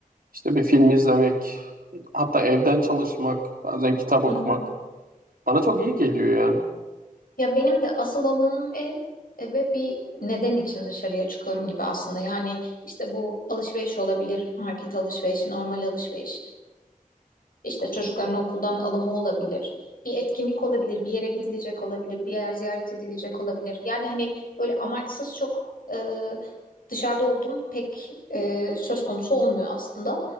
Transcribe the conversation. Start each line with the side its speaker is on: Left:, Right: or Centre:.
Right: işte bir film izlemek, hatta evden çalışmak, bazen kitap okumak
Left: Hı hı.
Right: bana çok iyi geliyor yani.
Left: Ya benim de asıl alanım ev e, ve bir neden için dışarıya çıkıyorum gibi aslında. Yani işte bu alışveriş olabilir, market alışverişi, normal alışveriş İşte çocukların okuldan alımı olabilir, bir etkinlik olabilir, bir yere gidilecek olabilir, bir yer ziyaret edilecek olabilir. Yani hani böyle amaçsız çok e, dışarıda olduğum pek e, söz konusu olmuyor aslında.